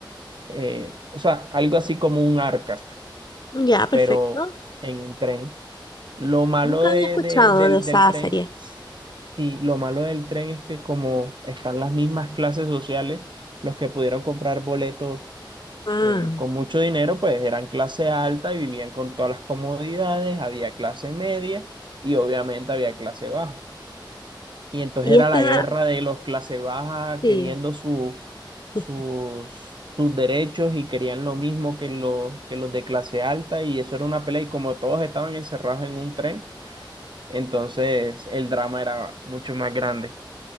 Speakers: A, on the right; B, on the left.
A: eh, o sea, algo así como un arca,
B: ya, perfecto.
A: pero en un tren. Lo malo
B: Nunca
A: de,
B: había escuchado
A: de- del,
B: de esa
A: del tren,
B: serie.
A: sí, lo malo del tren es que como están las mismas clases sociales, los que pudieron comprar boletos
B: Ah,
A: eh, con mucho dinero, pues eran clase alta y vivían con todas las comodidades, había clase media y obviamente había clase baja. Y entonces
B: y
A: era
B: esta,
A: la guerra de los clase baja
B: sí.
A: queriendo su- sus,
B: <laughs>
A: sus derechos y querían lo mismo que, los que los de clase alta y eso era una pelea y como todos estaban encerrados en un tren, entonces el drama era mucho más grande.